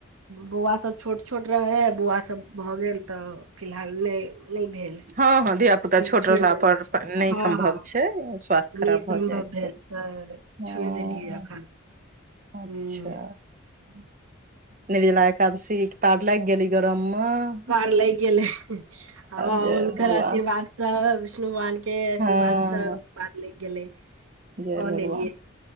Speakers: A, on the right; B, on the right.
A: बौआ सभ छोट छोट रहै हइ बौआ सभ भऽ गेल तऽ फिलहाल नै नै भेल
B: हँ हँ धियापुता
A: अखन
B: छोट
A: छोड़ि
B: रहला
A: देने
B: पर
A: छियै
B: प नै
A: हँ
B: सम्भव
A: हँ
B: छै स्वास्थ्य
A: नहि
B: खराब
A: सम्भव
B: भऽ जाइ छै
A: भेल तऽ
B: <unintelligible>
A: छोड़ि देलियै अखन
B: अच्छा
A: हूँ <unintelligible>
B: निर्जला एकादशी पार लैग गेल यै गरम में
A: पार लग गेलै आ हुनकर
B: जय भगवान
A: आशीर्वाद स विष्णु भगवान केँ केँ आशीर्वाद
B: हँ
A: स पार लैग गेलै <inaudible>
B: जय
A: कऽ
B: भगवान
A: लेलियै